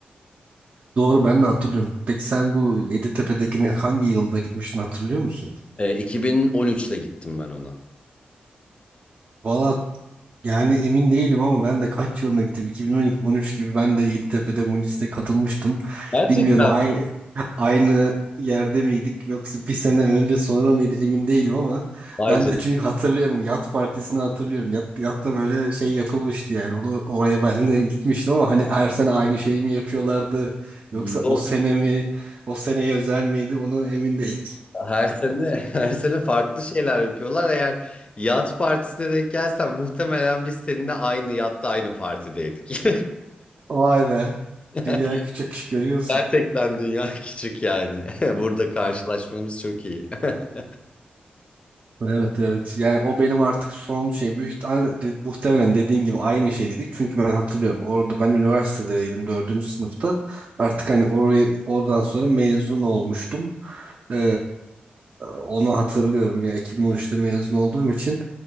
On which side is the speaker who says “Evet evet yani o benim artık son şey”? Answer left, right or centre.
Right